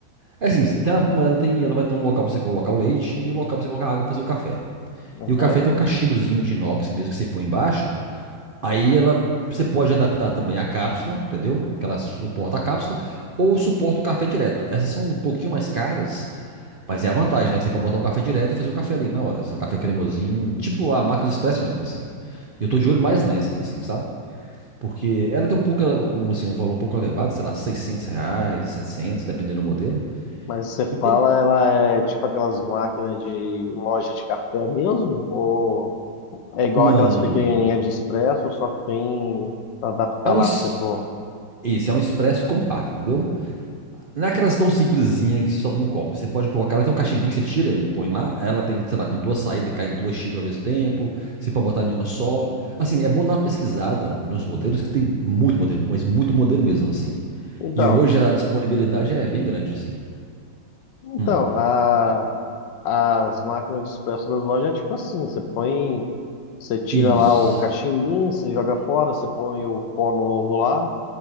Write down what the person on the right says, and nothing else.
É assim, tem uma- ela, tem, ela vai ter um local pra você colocar o leite e o local pra você colocar a água pra fazer o café.
E o café tem um cachimbozinho de inox mesmo que você põe embaixo. Aí ela você pode adaptar também a cápsula, entendeu? Que ela suporta a cápsula, ou suporta o café direto. Essas são um pouquinho mais caras, mas é a vantagem, né? Que você pode botar o café direto e fazer o café ali na hora. Só o café cremosinho, tipo a máquina de expresso mesmo, assim. E eu tô de olho mais nessas, assim, sabe? Porque ela tem um pouco, um, assim, um valor um pouco elevado, sei lá, 600 reais, 700 dependendo do modelo.
E tem...
Não,
não,
não.
É um...
es-
Esse é um expresso compacto, entendeu? Não é aquelas tão simplesinha que sobe um copo. Você pode colocar, ela tem um cachimbinho que você tira e põe lá. Ela tem, sei lá, com duas saídas, cai em duas xícaras ao mesmo tempo. Você pode botar nenhuma só. Assim, é bom dar uma pesquisada nos modelos, que tem muito modelo, mas muito modelo mesmo, assim.
E hoje a disponibilidade é bem grande, assim.
Hum.
Isso.